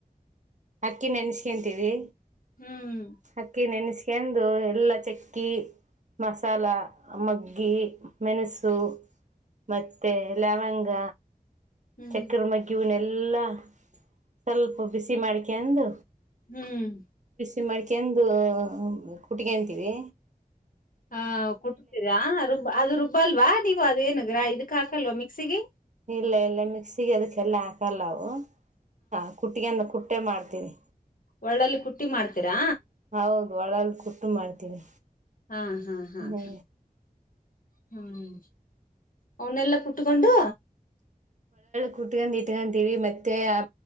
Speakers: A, on the right (about 50°); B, on the left (about 65°).
A: ಅಕ್ಕಿ ನೆನ್ಸ್ಕಂತೀವಿ
B: ಹ್ಮ್
A: ಅಕ್ಕಿ ನೆನಸ ಕೆಂದು ಎಲ್ಲ ಚಕ್ಕಿ ಮಸಾಲ ಮಗ್ಗಿ ಮೆಣಸು ಮತ್ತೆ ಲವಂಗ
B: ಹ್ಮ್
A: ಚಕ್ಕರ್ ಮ ಕ್ಯೂನೆ ಎಲ್ಲ ಸ್ವಲ್ಪ ಬಿಸಿ ಮಾಡ ಕೆಂದು
B: ಹ್ಮ್
A: ಮ್ಮಡಿಕೆಂದು ಕುಟ್ಟಿಗೆ ಅಂತೀವಿ
B: ಹಾ ಕುಟ್ಟತೀರಾ ರುಬ್ಬ ಅದು ರುಬ್ಬ ಅಲ್ವಾ ನೀವು್ ಅದೇಏನ ಅ್ರ ಇದ ಕಾಸಲ್ವಾ ಮಿಕ್ಸಿಗೆ
A: ಇಲ್ಲ ಇಲ್ಲ ಮಿಕ್ಸಿಗೆ ಅದಕ್ಕೆಲ್ಲ ಹಾಕಲ್ಲವು ಹಾ ಕುಟ್ಟಿಯನ್ನ ಕು ಬಟ್ಟೆ ಮಾಡ್ತೀವಿ
B: ಒಳ್ಳಲ್ಲಿ ಕುಟ್ಟಿ ಮಾಡ್ತೀರಾ
A: ಹೌದು ಒಳಲು ಕುಟ್ಟು ಮಾಡ್ತೀವಿ
B: ಹಾ ಹಾ ಹಾ
A: ಹ್ಞೂ
B: ಹಾ ಹ್ಮ್ ಅವನ್ನೆಲ್ಲ ಕುಟ್ಕೊಂಡು
A: ಕುಟ್ಕೊಂಡ್ ಇಟ್ಕಂತೀವಿ ಮತ್ತೆ ಆ